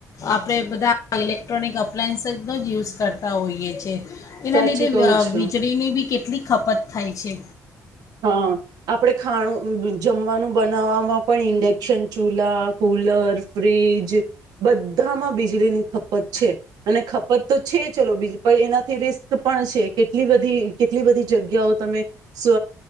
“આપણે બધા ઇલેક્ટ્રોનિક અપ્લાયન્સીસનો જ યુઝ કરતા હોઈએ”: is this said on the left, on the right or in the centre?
Left